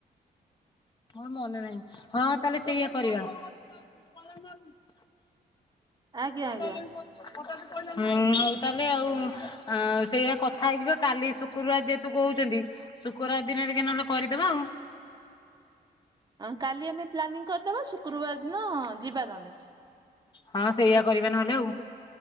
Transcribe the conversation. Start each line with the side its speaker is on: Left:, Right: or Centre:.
Left: ମୋର ମନେ ନାହିଁ ହଁ ତାହେଲେ ସେଇଆ କରିବା। <unintelligible>
Right: ଆଜ୍ଞା
Left: <inaudible> ହୋଉ
Right: ଆଜ୍ଞା
Left: ତାହେଲେ ଆଉ ସେଇଆ କଥା ହେଇଯିବା କାଲି ଶୁକ୍ରୁବାର ଯେହେତୁ କହୁଚନ୍ତି ଶୁକ୍ରବାର ଦିନ ଦେଖିଆ ନହେଲେ କରିଦବା ଆଉ।
Right: ଆଁ କାଲି ଆମେ ପ୍ଲାନିଂ କରିଦବା ଶୁକ୍ରୁବାର ଦିନ ଯିବା ନହନେ।
Left: ହଁ ସେଇଆ କରିବା ନହଲେ ଆଉ।